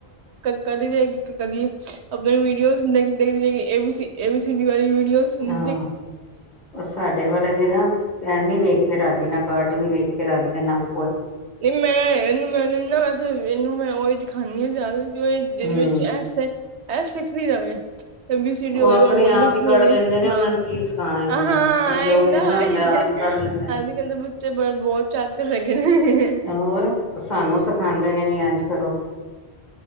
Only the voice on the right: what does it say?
ਕਦੀ ਰਹੀਗੀ ਕਦੀ ਆਪਣੇ ਵੀਡੀਓ ਦੇਖਦੀ ਰਹੇਗੀ <inaudible> ਇਹ ਵੀ ਸ਼ਨੀਵਾਰ ਵੀਡੀਓਜ਼
ਦੇਖ
ਨਹੀਂ ਮੈਂ ਇਹਨੂੰ ਮੈਂ ਨਾ ਵੈਸੇ ਇਹਨੂੰ ਮੈਂ ਉਹੀ ਦਿਖਾਣੀ ਹਾਂ ਜਿਆਦ <unintelligible> ਜਿਦੇ
ਵਿੱਚ ਐਸ ਏ, ਐ ਸਿੱਖਦੀ ਰਵੇ। ਐ ਬੀ ਸੀ ਡੀ
ਹੋ
ਗਈ, ਵਨ ਵਨ
ਟੂ ਥ੍ਰੀ
ਹੋ ਗਈ,
ਹਾਂ,
ਹਾਂ
ਏਹੀ
ਨਾ
ਏਹੀ
ਅੱਜ-
ਕੱਲ੍ਹ ਦੇ ਬੱਚੇ ਬਹੁਤ ਚਾਤਰ ਹੈਗੇ ਨੇ। <inaudible>